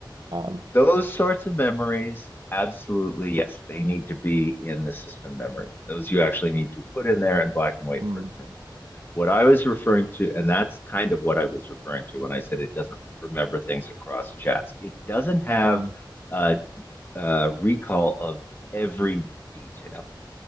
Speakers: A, on the right; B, on the left.
A: um,
B: Those sorts of memories, absolutely, yes, they need to be in the system memory. Those you actually need to put in there in black and white
A: mm.
B: for it to remember. What I was referring to, and that's kind of what I was referring to when I said it doesn't remember things across chats. It doesn't have
A: mm.
B: a, a recall of every detail,